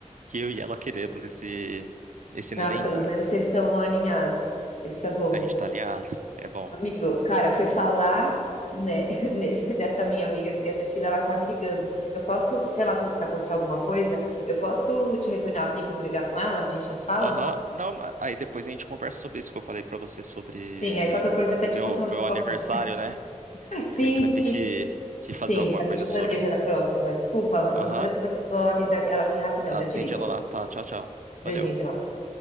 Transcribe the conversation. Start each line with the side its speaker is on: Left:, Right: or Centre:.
Right: que eu e ela queremos esse, esse
Left: Ah,
Right: nenenzinho,
Left: pelo menos
Right: ó.
Left: vocês estão alinhados. Isso é bom.
Right: A gente tá alinhado, é bom.
Left: Amigo, cara, foi falar, né, <laughs> ne- nessa minha amiga que queria ter filho, ela tá me ligando. Eu posso, sei lá, se acontecer alguma coisa, eu posso te retornar assim que eu desligar com ela? A gente já se fala?
Right: Aham, Não, ma- aí depois a gente conversa sobre isso que eu falei pra você sobre
Left: Sim, aí qualquer coisa até
Right: o meu,
Left: te conto
Right: meu
Left: uma fofoquinha.
Right: aniversário, né?
Left: <laughs> Sim,
Right: Que a gente vai
Left: sim,
Right: ter que, que
Left: sim,
Right: fazer alguma
Left: a
Right: coisa
Left: gente planeja
Right: sobre.
Left: na próxima. Desculpa,
Right: Aham,
Left: vou vou- vou atender ela aqui rapidão,
Right: Atende
Left: já te ligo.
Right: ela lá, tá? Tchau, tchau.
Left: Beijinho,
Right: Valeu.
Left: tchau.